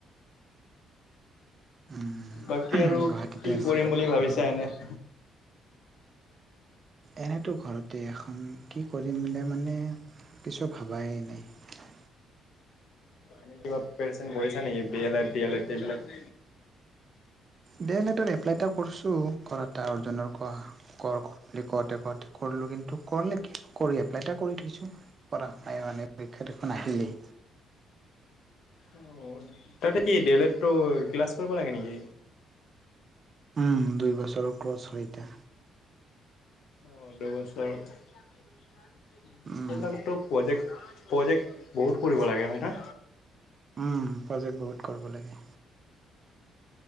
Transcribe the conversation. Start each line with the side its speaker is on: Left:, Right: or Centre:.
Right: উম
Left: বাকী আৰু
Right: গুৱাহাটীতে
Left: কি
Right: আছিল
Left: কৰিম বুলি ভাবিছা এনে <inaudible>
Right: এনেতো ঘৰতে এখন কি কৰিম মানে কিছু ভাবাই নাই
Left: এনে কিবা পিপেৰেচন কৰিছা নেকি বি এ লেড ডি এ লেড সেইবিলাক
Right: ডি এল এডতত এপ্লাই এটা কৰিছোঁ কৰা এটা অৰ্জুনৰ ক কৰ কৰ বুলি কতে কৰতে কৰলোঁ কিন্তু কৰ নে কি কৰি এপ্লাই এটা কৰি থৈছোঁ কৰা মানে পৰীক্ষা দেখোন আহিলেই
Left: অ তাতে কি ডিএল এডটো ক্লাছ কৰিব লাগে নেকি
Right: উম দুই বছৰৰ ক্ৰছ হয় এটা
Left: অঁ দুবছৰ এইবিলাকতো
Right: উম
Left: প্ৰজেক্ট প্ৰজেক্ট বহুত কৰিব লাগে হয় না
Right: উম প্ৰজেক্ট বহুত কৰিব লাগে